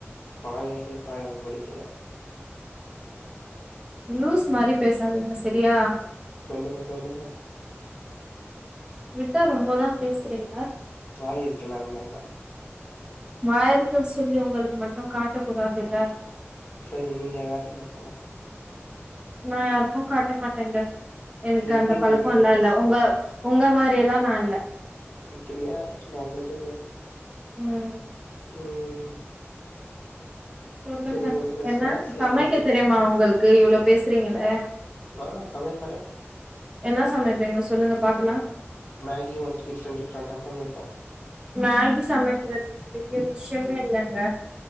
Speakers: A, on the left (about 45°); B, on the right (about 20°).
A: பாயாக்கே பாயாவ பிடிக்கல
B: லூஸ் மாறி பேசாதிங்க செரியா
A: சொல்லுங்க சொல்லுங்க
B: விட்டா ரொம்பதா பேசுறீங்க
A: வாயிருக்குல அதுனால தா
B: வாயிக்குருன்னு சொல்லி உங்களுக்கு மட்டு காட்ட கூடாதுல்ல
A: செரி நீங்க காட்டுங்க அப்பனா
B: நா யாருக்கு காட்ட மாட்டேங்க எனக்கு
A: எப்டி
B: அந்த பழக்கோ
A: தெரியு
B: எல்லா
A: ஃபர்ஸ்ட்டு
B: இல்ல உங்க உங்க மாறி எல்லா நா இல்ல
A: இப்டியா நல்லதுங்க
B: ம்
A: ம் ம்
B: சொல்லுங்க
A: உங்களுக்கு
B: என்ன
A: ஸ்நாக்ஸ்ல
B: சமைக்க
A: என்ன புடிக்கு
B: தெரியுமா உங்களுக்கு இவ்வளோ பேசுறீங்களே
A: நா சமைப்பனே
B: என்னா சமைப்பீங்க சொல்லுங்க பாக்கலா
A: மேகி வந்து டிஃப்ரெண்ட் டிஃப்ரண்டா சமைப்பே
B: மேகி சமைக்கிறது பெரிய விஷயமே இல்லைங்க